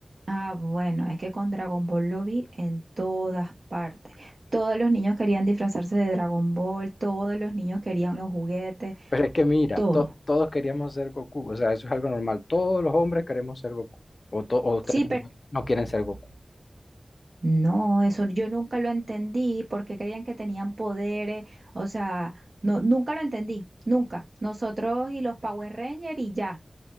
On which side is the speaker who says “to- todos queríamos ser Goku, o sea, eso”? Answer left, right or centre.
Left